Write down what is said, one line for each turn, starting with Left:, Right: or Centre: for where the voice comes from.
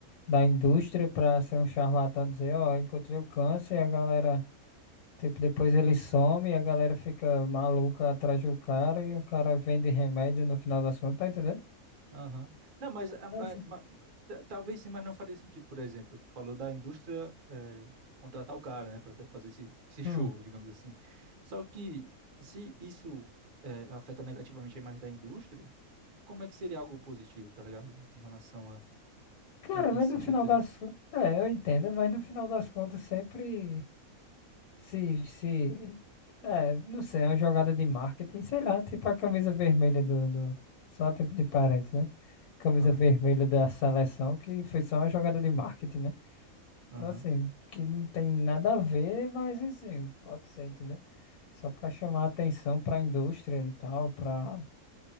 Left: da indústria pra ser um charlatão dizer, ó, encontrei o câncer e a galera, tipo, depois ele some e a galera fica maluca atrás do cara e o cara vende remédio no final das contas, tá entendendo?
Right: Aham. Não, mas, ah,
Left: Então,
Right: ah,
Left: assim,
Right: ma- ta- talvez sim, mas não faria sentido, por exemplo, tu falou da indústria eh, contratar o cara, né, para fazer esse, esse show,
Left: hum.
Right: digamos assim. Só que se isso eh, afeta negativamente a imagem da indústria como é que seria algo positivo, tá ligado? Em relação a,
Left: Cara,
Right: a esse
Left: mas no
Right: sentido,
Left: final
Right: entendeu?
Left: das... É, eu entendo, mas no final das contas sempre... Se, se, é, não sei, é uma jogada de marketing, sei lá, tipo a camisa vermelha do, do, só tipo de parênteses, né? Camisa
Right: Aham,
Left: vermelha da seleção, que foi só uma jogada de marketing, né?
Right: aham.
Left: Então, assim, que não tem nada a ver, mas assim, pode ser, entendeu? Só pra chamar atenção pra indústria e tal, pra.